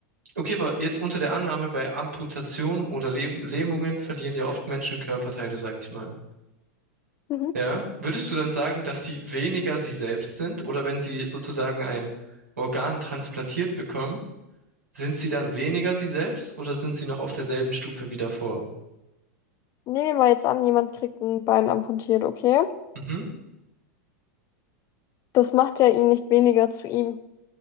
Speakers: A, on the right; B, on the left.
A: Okay, aber jetzt unter der Annahme, bei Amputationen oder Lähm Lähmungen verlieren ja oft Menschen Körperteile, sag ich mal.
B: Mhm.
A: Ja? Würdest du dann sagen, dass sie weniger sie selbst sind? Oder wenn sie sozusagen ein Organ transplantiert bekommen, sind sie dann weniger sie selbst oder sind sie noch auf derselben Stufe wie davor?
B: Nehmen wir jetzt an, jemand kriegt ein Bein amputiert, okay?
A: Mhm.
B: Das macht ja ihn nicht weniger zu ihm,